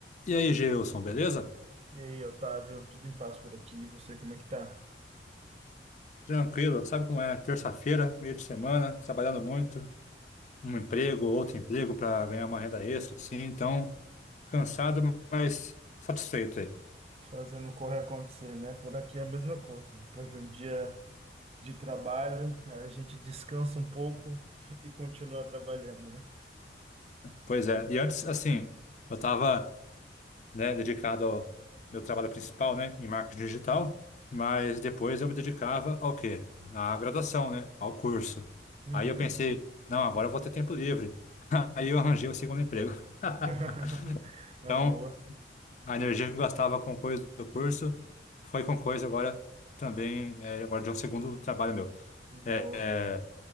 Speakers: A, on the left; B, on the right.
A: E aí, Gilson, beleza?
B: E aí, Otávio, tudo em paz por aqui? E você, como é que tá?
A: Tranquilo, sabe como é? Terça-feira, meio de semana, trabalhando muito, um emprego, outro emprego para ganhar uma renda extra, assim, então, cansado, mas satisfeito aí.
B: Fazendo Correr acontecer, né? Por aqui é a mesma coisa. Depois de um dia de trabalho, a gente descansa um pouco <laughs> e continua trabalhando, né?
A: Pois é, e antes, assim, eu estava, né, dedicado ao meu trabalho principal, né, em marketing digital, mas depois eu me dedicava ao quê? À graduação, né, ao curso.
B: Uhum.
A: Aí eu pensei, não, agora eu vou ter tempo livre. <laughs> Aí eu arranjei o segundo emprego. <laughs>
B: <laughs> É
A: Então,
B: boa,
A: A energia que eu gastava com coisa do curso foi com coisa agora também, é, agora de um segundo trabalho meu.
B: boa.
A: É, é,